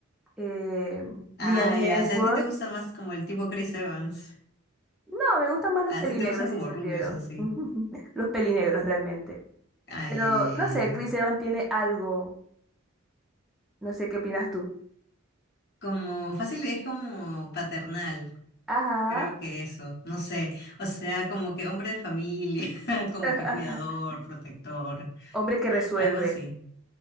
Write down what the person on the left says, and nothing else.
Ah,
ya,
o sea, a ti te gusta más como el tipo Chris Evans.
Así
te gustan
como
rubios, así.
Ay,
ya, ya,
ya.
Como fácil es como paternal,
creo que eso, no sé. O sea, como que hombre de familia, <laughs> como
que cuidador, protector,
algo así.